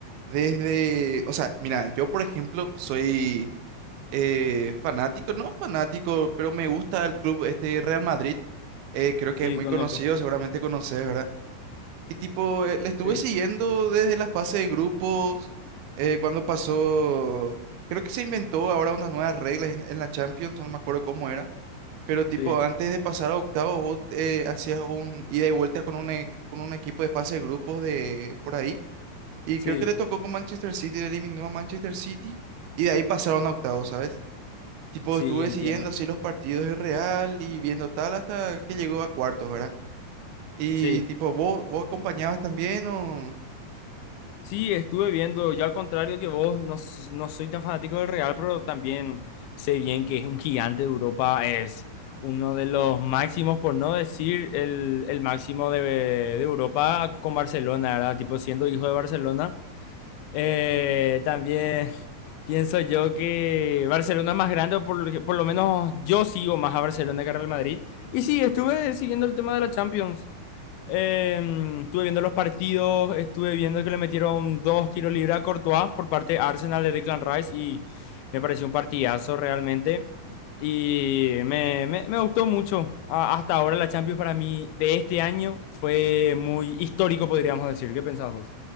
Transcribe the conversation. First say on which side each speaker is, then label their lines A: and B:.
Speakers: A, on the right; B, on the left.
A: desde, o sea, mira, yo por ejemplo soy eh, fanático, no fanático, pero me gusta el club este Real Madrid, eh, creo que
B: Sí,
A: es muy
B: conozco.
A: conocido, seguramente conoces, ¿verdad? Y tipo, eh, le estuve
B: Sí,
A: siguiendo desde la fase de grupos, eh, cuando pasó, creo que se inventó ahora unas nuevas reglas en, en la Champions, no me acuerdo cómo era, pero tipo,
B: Sí,
A: antes de pasar a octavos, vos eh, hacías un ida y vuelta con un, e- con un equipo de fase de grupos de por ahí, y
B: sí,
A: creo que le tocó con Manchester City, le eliminó a Manchester City, y de ahí pasaron a octavos, ¿sabes? Tipo,
B: sí,
A: estuve
B: entiendo.
A: siguiendo así los partidos de Real y viendo tal hasta que llegó a cuartos, ¿verdad? Y
B: Sí.
A: tipo, ¿vos, vos acompañabas también o...?
B: Sí, estuve viendo, yo al contrario que vos, no, s- no soy tan fanático del Real, pero también sé bien que es un gigante de Europa, es uno de los máximos, por no decir el, el máximo de, de Europa con Barcelona, ¿verdad? Tipo siendo hijo de Barcelona. Eh, también <laughs> pienso yo que Barcelona es más grande, o por, lo que- por lo menos yo sigo más a Barcelona que a Real Madrid. Y sí, estuve siguiendo el tema de la Champions. Eh, estuve viendo los partidos, estuve viendo que le metieron dos tiros libres a Courtois por parte de Arsenal de Declan Rice y me pareció un partidazo realmente. Y me, me- me gustó mucho. A- hasta ahora la Champions para mí de este año fue muy histórico, podríamos decir. ¿Qué pensás vos?